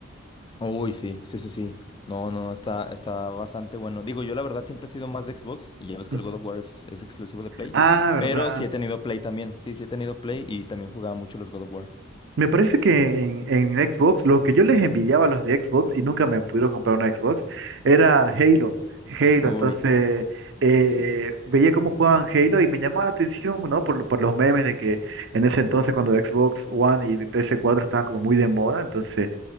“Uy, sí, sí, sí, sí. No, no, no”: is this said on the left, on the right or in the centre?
Left